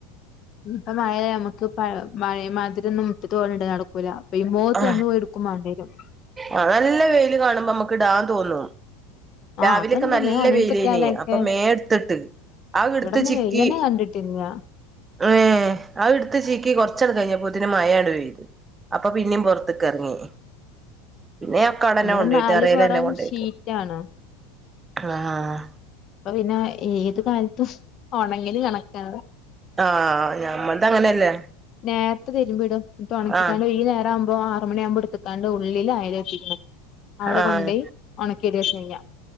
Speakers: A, on the left; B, on the right.
A: ഇപ്പ മഴയ നമുക്ക് മഴമാതിരിം ഒന്നും മുട്ടിട്ട് പോലുണ്ട് നടക്കൂല അപ്പൊ ഈ മോത്ത്
B: ആ
A: നമ്മള് പോയി എടുക്കും വേണ്ടി വരും
B: ആ നല്ല വെയില് കാണുമ്പോമ്മക്ക് ടാ തോന്നുന്നു
A: ആ
B: രാവിലെൊക്കെ
A: അതുണ്ട്
B: നല്ല
A: മേൽ ഉണങ്ങി
B: വലേന
A: കിട്ടിയാലൊക്കെ
B: അപ്പൊ മേ എടുത്തിട്ട് ആ എടുത്ത്
A: ഇവിടന്ന്
B: ചിക്കി
A: വെയില് തന്നെ കണ്ടിട്ടില്ല
B: ഏർ ആ എടുത്ത് ചിക്കി കുറച്ചട കഴിഞ്ഞാ പോ മായാണ് പോയത് അപ്പൊ പിന്നെയും പുൊറത്തക്ക ഇറങ്ങി പിന്നെ അക്കാടല്ലാം
A: ഇവിടെ
B: കൊണ്ട പോോയിട്ട്
A: നാല്
B: അറലല്ലാം
A: പൊറം
B: കൊണ്ട പോോയിട്ട്
A: ഷീറ്റാണ്
B: ആഹ
A: അപ്പൊ പിന്നെ ഏത് കാലത്തും ഓണ എ കണക്ക-
B: ആഹ ഞമ്മട്ട അങ്ങനെയല്ലേ
A: നേരത്തെ തരുമ്പോ ഇടോ തുണക്കിക്കാണ്ടോ
B: ആഹ്
A: ഈ നേം ഇപ്പ ആറ മണിയാവുമ്പോ എടുക്കാണ്ട് ഉള്ളില ആയാലോുന്നത് അവിടെ
B: ആഹ്
A: കൊണ്ട പോയി ഉണക്കിട അ